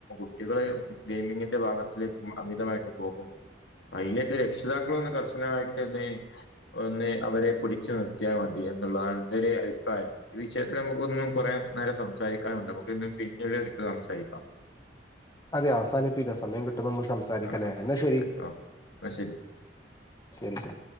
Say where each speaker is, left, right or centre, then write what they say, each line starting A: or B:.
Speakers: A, on the left; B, on the left.
A: ട്ടികളെ ഗെയിമിങ്ങിന്റെ ഭാഗത്തേക്ക് മ അമിതമായിട്ട് പോകും. അയ്നൊക്കെ രക്ഷിതാക്കളൊന്ന് കർശനമായിട്ട് ന്ന്. ഒന്ന് അവരെ പുടിച്ച് നിർത്ത്യാ മതി എന്നുള്ളതാണ് ന്റെര് അഭിപ്രായം. ഈ വിഷയത്തില് നമുക്കൊന്നും കൊറേ സ് നേരം സംസാരിക്കാനുണ്ട് നമുക്കൊന്ന് പിന്നീടൊരിക്കൽ സംസാരിക്കാം.
B: അതെ അവസാനിപ്പിക്കാം സമയം കിട്ടുമ്പ നമക്ക് സംസാരിക്കലേ
A: ആ
B: എന്ന
A: സംസാരിക്കാം
B: ശരി.
A: എന്നാ ശരി
B: ശരി സർ.